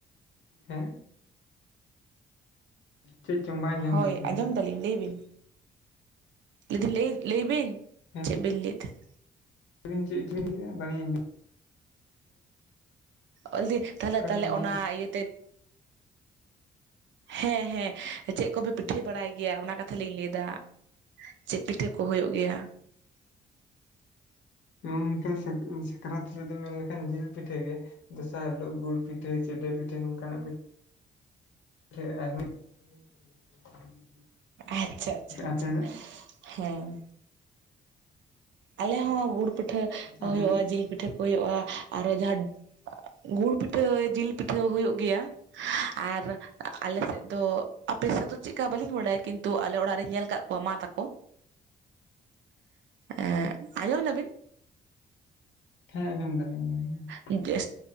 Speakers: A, on the left; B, on the right.
A: ᱦᱮᱸ ᱪᱮᱫ ᱪᱚᱝ ᱵᱟᱝ ᱟᱸᱡᱚᱢ
B: ᱦᱳᱭ
A: ᱞᱮᱱ ᱛᱟᱵᱤᱱᱟ
B: ᱟᱸᱡᱚᱢ ᱫᱟᱞᱤᱧ ᱞᱟᱹᱭ ᱵᱤᱱ ᱞᱮ ᱫᱤᱧ ᱞᱟᱹᱭ ᱞᱟᱹᱭᱵᱤᱱ
A: ᱦᱮᱸ
B: ᱪᱮᱫᱵᱤᱱ ᱞᱟᱹᱭ ᱛᱟᱦᱮᱸᱜ
A: ᱞᱟᱹᱭ ᱫᱤᱱ ᱪᱮᱫ ᱪᱚ ᱵᱤᱱ ᱞᱟᱹᱭ ᱠᱮᱫᱟᱵᱟᱹᱞᱤᱧ ᱟᱸᱡᱚᱢ
B: ᱚᱞᱫᱤ ᱛᱟᱦᱞᱮ
A: ᱚᱱᱠᱟᱞᱤᱧ
B: ᱛᱟᱦᱞᱮ
A: ᱟᱸᱡᱚᱢ
B: ᱚᱱᱟ
A: ᱠᱮᱫᱟ
B: ᱤᱭᱟᱹᱛᱮ ᱦᱮᱸ ᱦᱮᱸ ᱪᱮᱫ ᱠᱚᱯᱮ ᱯᱤᱴᱷᱟᱹᱭ ᱵᱟᱲᱟᱭ ᱜᱮᱭᱟ ᱚᱱᱟ ᱠᱟᱛᱷᱟᱞᱤᱧ ᱞᱟᱹᱭ ᱫᱟ, ᱪᱮᱫ ᱯᱤᱴᱷᱟᱹ ᱠᱚ ᱦᱩᱭᱩᱜ ᱜᱮᱭᱟ? <unintelligible>
A: ᱱᱚᱝᱠᱟ ᱥᱟᱠᱨᱟᱛ ᱨᱮᱫᱚ ᱢᱮᱱ ᱞᱮᱠᱷᱟᱱ ᱡᱤᱞ ᱯᱤᱴᱷᱟᱹ ᱜᱮ᱾ ᱫᱚᱥᱟᱨ ᱦᱤᱞᱳᱜ ᱜᱩᱲ ᱯᱤᱴᱷᱟᱹ, ᱪᱮᱰᱮ ᱯᱤᱴᱷᱟᱹ, ᱱᱚᱝᱠᱟᱱᱟᱜ ᱜᱮ <unintelligible>
B: ᱟᱪᱪᱷᱟ ᱟᱪᱪᱷᱟ ᱟᱪᱪᱷᱟ
A: ᱟᱯᱮ ᱫᱚ
B: ᱦᱮᱸ ᱟᱞᱮ ᱦᱚᱸ ᱜᱩᱲ ᱯᱤᱴᱷᱟᱹ
A: ᱟᱯᱮ
B: ᱦᱩᱭᱩᱜ-ᱟ
A: ᱫᱚ
B: ᱡᱤᱞ ᱯᱤᱴᱷᱟᱹ ᱠᱚ ᱦᱩᱭᱩᱜ-ᱟ ᱟᱨᱚ ᱡᱟᱦᱟᱸ ᱜᱩᱲ ᱯᱤᱴᱷᱟᱹ, ᱡᱤᱞ ᱯᱤᱴᱷᱟᱹ, ᱦᱩᱭᱩᱜ ᱜᱮᱭᱟ᱾ ᱟᱨ ᱟᱞᱮ ᱥᱮᱫ ᱫᱚ ᱟᱯᱮ ᱥᱮᱫ ᱫᱚ ᱪᱮᱫᱞᱮᱠᱟ ᱵᱟᱟᱹᱞᱤᱧ ᱵᱟᱲᱟᱭᱟ ᱠᱤᱱᱛᱩ ᱟᱞᱮ ᱚᱲᱟᱜ ᱨᱤᱧ ᱧᱮᱞ ᱠᱟᱜ ᱠᱚᱢᱟ ᱛᱟᱠᱚ ᱮ ᱟᱸᱡᱚᱢ ᱫᱟᱵᱤᱱ?
A: ᱦᱮᱸ ᱟᱸᱡᱚᱢ ᱫᱟᱞᱤᱧ ᱫᱟᱞᱤᱧ
B: ᱡᱮ